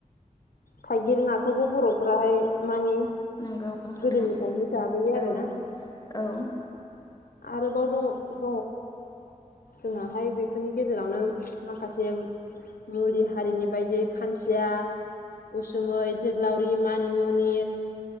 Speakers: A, on the left; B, on the left.
A: थाइगिर नाखौबो बरफोराहाय माने
B: नंगौ नोंथां
A: गोदोनिफ्रायनो जाबोयो आरोना
B: औ औ
A: आरोबाव दङ जोंहाहाय बेफोरनि गेजेरावनो माखासे मुरि हारिनि बायदि खानसिया उसुमै जोग्लावरि मानिमुनि